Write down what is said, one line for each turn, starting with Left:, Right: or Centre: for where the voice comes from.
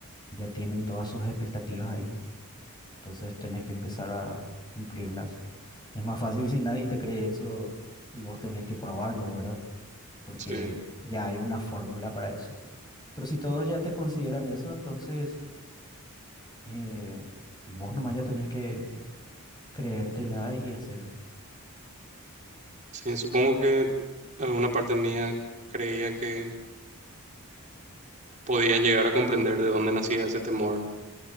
Left: ya tienen todas sus expectativas ahí. Entonces tenés que empezar a cumplirlas. Es más fácil si nadie te cree eso y vos tenés que probarlo, ¿verdad? Porque
Right: Sí,
Left: ya hay una fórmula para eso. Pero si todos ya te consideran eso, entonces eh, vos nomás ya tenés que creértela y hacer.
Right: sí, supongo que alguna parte mía creía que podía llegar a comprender de dónde nacía ese temor